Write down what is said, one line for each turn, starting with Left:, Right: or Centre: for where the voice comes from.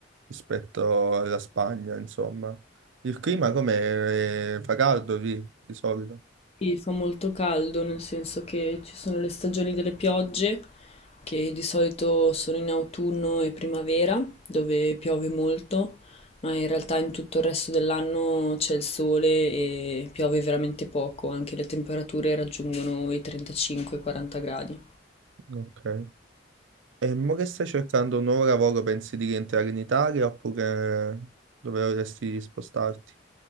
Right: rispetto alla Spagna, insomma. Il clima com'è? Eh, Fa caldo lì, di solito.
Left: Sì, fa molto caldo, nel senso che ci sono le stagioni delle piogge, che di solito sono in autunno e primavera, dove piove molto, ma in realtà in tutto il resto dell'anno c'è il sole e piove veramente poco, anche le temperature raggiungono i 35-40 gradi.
Right: Ok. E mo che stai cercando un nuovo lavoro, pensi di rientrare in Italia oppure dove vorresti spostarti?